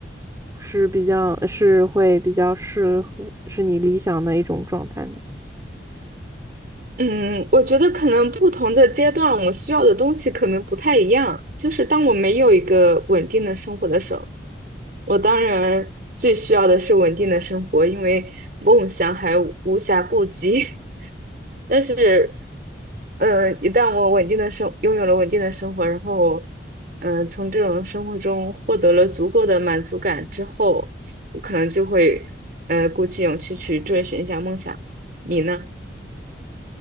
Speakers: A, on the right; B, on the right.
A: 是比较是会比较适合是你理想的一种状态呢？
B: 嗯，我觉得可能不同的阶段，我需要的东西可能不太一样。就是当我没有一个稳定的生活的时候，我当然最需要的是稳定的生活，因为梦想还无暇顾及。<laughs> 但是，嗯，一旦我稳定的生，拥有了稳定的生活，然后，嗯，从这种生活中获得了足够的满足感之后，我可能就会，呃，鼓起勇气去追寻一下梦想。你呢？